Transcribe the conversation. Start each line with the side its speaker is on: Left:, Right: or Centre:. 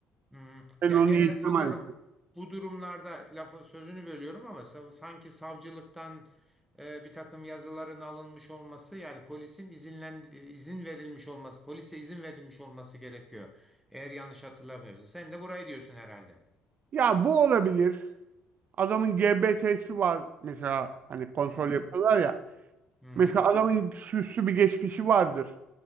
Centre: Hmm,
Right: Ben
Centre: Yani
Right: onu
Centre: genel
Right: yitirmen
Centre: sanıyorum bu durumlarda lafı sözünü bölüyorum ama sa- sanki savcılıktan e, bir takım yazıların alınmış olması yani polisin izinlen izin verilmiş olması polise izin verilmiş olması gerekiyor. Eğer yanlış hatırlamıyorsam. Sen de burayı diyorsun herhalde.
Right: Ya bu olabilir. Adamın GBT'si var mesela hani kontrol
Centre: Hı hı.
Right: yapıyorlar ya.
Centre: Hı hı.
Right: Mesela adamın süslü bir geçmişi vardır.